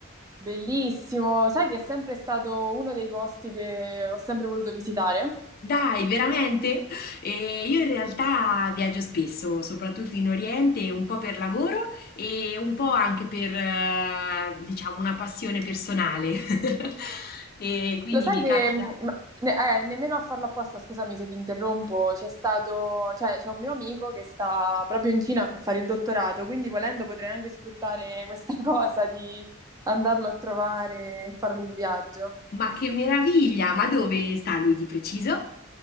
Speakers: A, on the right; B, on the left.
A: Bellissimo, sai che è sempre stato uno dei posti che ho sempre voluto visitare.
B: Dai, veramente? E io in realtà viaggio spesso, soprattutto in Oriente, un po' per lavoro e un po' anche per, eh, diciamo, una passione personale. <laughs> E quindi
A: Lo sai
B: mi
A: che,
B: capita.
A: mh, ma- ne- eh, nemmeno a farlo apposta, scusami se ti interrompo, c'è stato, cioè c'è un mio amico che sta proprio in Cina a fare il dottorato, quindi volendo potrei anche sfruttare questa <laughs> cosa di andarlo a trovare e farmi il viaggio.
B: Ma che meraviglia! Ma dove sta lui di preciso?